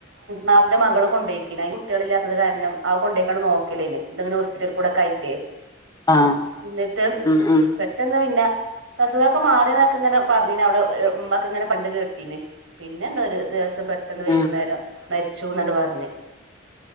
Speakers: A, on the right; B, on the left.
A: നാട്ടന്റെ മകള് കൊണ്ടോയിക്ക കുട്ടികള ഇല്ലാത്തത് കാരണം ആഹ് കൊണ്ടോയ്ക്കാണ് നോക്കിയലേ ഐനെ എന്തെങ്കിലും ഓസ്പിറ്റൽ കൂടെക്കെയറ്റേ
B: ആഹ്
A: എന്നിട്ട്
B: ഉം ഉം
A: പെട്ടെന്ന് പിന്നെ ങ്ങക്ക് മാറി ന്നൊക്കെങ്ങനെ പർഞ്ഞീ നി അവിടെ ഉമ്മ ഇങ്ങനെ പണ്ട് കേട്ടീന് പിന്നെണ്ട് ഒരു ദിവസ് പെട്ടെന്ന് വൈകുന്നേരം
B: ഉം
A: മരിച്ചു ന്നണ്ട് പർഞ്